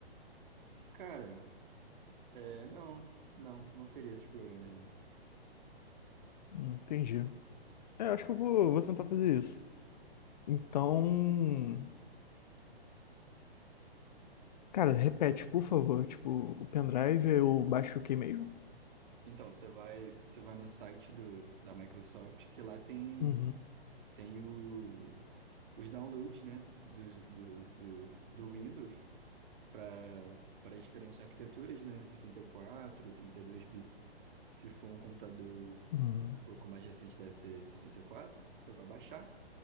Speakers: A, on the right; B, on the left.
A: Cara, é, não, não, não teria esses problemas, não.
B: Hum, Entendi. É, acho que eu vou, vou tentar fazer isso. Então, cara, repete, por favor. Tipo, o pendrive eu baixo o que mesmo?
A: Então, você vai, você vai no site do, da Microsoft, que lá tem,
B: Uhum.
A: tem o, os downloads, né, do, do, do, do Windows para para as diferentes arquiteturas, né, 64, 32 bits. Se for um computador
B: Uhum.
A: um pouco mais recente, deve ser 64, você vai baixar.